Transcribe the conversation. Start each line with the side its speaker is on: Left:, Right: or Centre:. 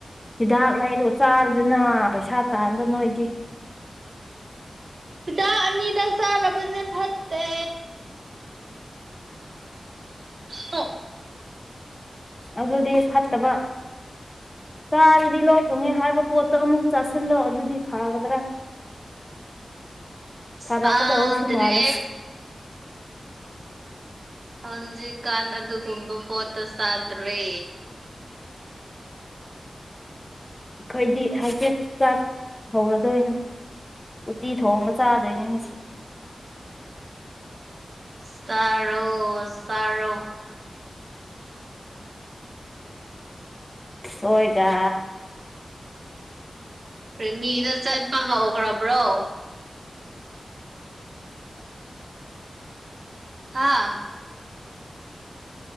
Left: ꯍꯤꯗꯥꯛ ꯂꯩꯔꯒ ꯆꯥꯔꯣꯗꯅ ꯄꯩꯁꯥ ꯇꯥꯟꯕ ꯅꯣꯏꯗꯤ
Right: ꯐꯤꯗꯥꯛ ꯑꯅꯤꯗ ꯆꯥꯔꯕꯅꯤꯅꯦ ꯐꯠꯇꯦ ꯍ <inaudible>
Left: ꯑꯗꯨꯗꯤ ꯐꯠꯇꯕ ꯆꯥꯔꯗꯤ ꯂꯣꯛ ꯊꯨꯡꯉꯦ ꯍꯥꯏꯕ ꯄꯣꯠꯇꯣ ꯑꯃꯨꯛ ꯆꯥꯁꯤꯜꯂꯣ ꯑꯗꯨꯗꯤ ꯐꯒꯗ꯭ꯔꯥ ꯐꯔꯛꯀꯗꯧꯁꯨ
Right: ꯇꯥꯗ꯭ꯔꯦ
Left: ꯃꯥꯜꯂꯦ
Right: ꯍꯟꯖꯤꯀꯥꯟ ꯑꯗꯨꯒꯨꯝꯕ ꯄꯣꯠꯇꯣ ꯆꯥꯗ꯭ꯔꯦ
Left: ꯑꯩꯈꯣꯏꯗꯤ ꯍꯛꯖꯤꯛ ꯆꯥꯛ ꯍꯧꯔꯗꯣꯏꯅꯦ ꯎꯇꯤ ꯊꯣꯡꯕ ꯆꯥꯗꯣꯏꯅꯤ ꯉꯁꯤ
Right: ꯆꯔꯣ ꯆꯔꯣ
Left: ꯎꯁꯣꯏꯒ
Right: ꯄꯔꯦꯃꯤꯗꯣ ꯆꯠꯄ ꯍꯧꯈ꯭ꯔꯕ꯭ꯔꯣ ꯍꯥꯥ